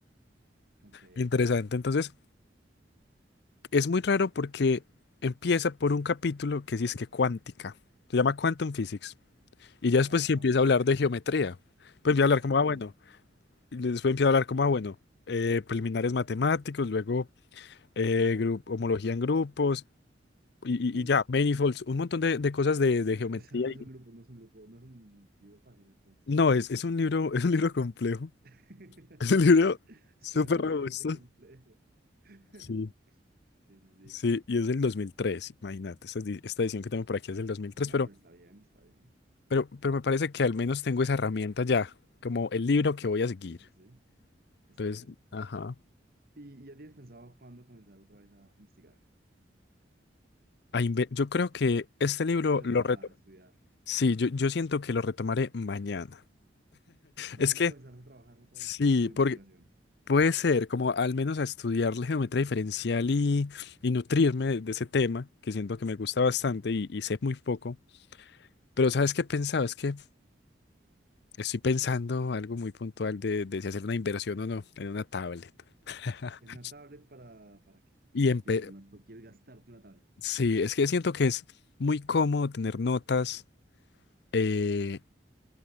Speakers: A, on the right; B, on the left.
A: Ok,
B: Interesante. Entonces, es muy raro porque empieza por un capítulo que sí es que cuántica. Se llama Quantum Physics. Y ya
A: wow,
B: después sí empieza a hablar de geometría. Pues empieza a
A: <laughs>
B: hablar
A: qué extraño.
B: como, ah, bueno. y después empieza a hablar como, ah, bueno, eh, preliminares matemáticos, luego eh, gru- homología en grupos y,
A: Hmm.
B: y- y ya, manifolds, un montón de, de cosas de, de geometría.
A: O sea, no es un grupo, no es un grupo, no es un libro fácil entonces.
B: No, es, es un libro, <laughs> es un libro complejo.
A: <laughs>
B: Es un libro
A: Suena
B: súper
A: bastante
B: robusto.
A: complejo. <laughs>
B: Sí.
A: Sí, sí, sí.
B: Sí, y es del 2003, imagínate. Esta, edi- esta edición que tengo por aquí es del 2003
A: Bueno,
B: pero,
A: pero está bien, está bien.
B: pero, pero me parece que al menos tengo esa herramienta ya, como el libro que voy a seguir.
A: Sí, sí, sí, está
B: Entonces,
A: bien.
B: ajá.
A: ¿Y y ya tienes pensado cuándo comenzar otra vez a investigar?
B: a inve- Yo creo que este libro
A: Voy
B: lo
A: a trabajar,
B: reto.
A: a estudiar.
B: Sí, yo, yo siento que lo retomaré mañana. Es
A: Mañana
B: que,
A: comenzarás a trabajar otra
B: sí,
A: vez en tu investigación.
B: porque Puede ser, como al menos a estudiar la geometría diferencial y, y nutrirme de, de ese tema, que siento que me gusta bastante y, y sé muy poco. Pero ¿sabes qué he pensado? Es que estoy pensando algo muy puntual de, de si hacer una inversión o no en una tablet. <laughs>
A: ¿En una tablet para, para qué?
B: Y
A: Porque
B: empe-
A: quieres, hacer una, por qué quieres gastarte una tablet.
B: sí, es que siento que es muy cómodo tener notas eh,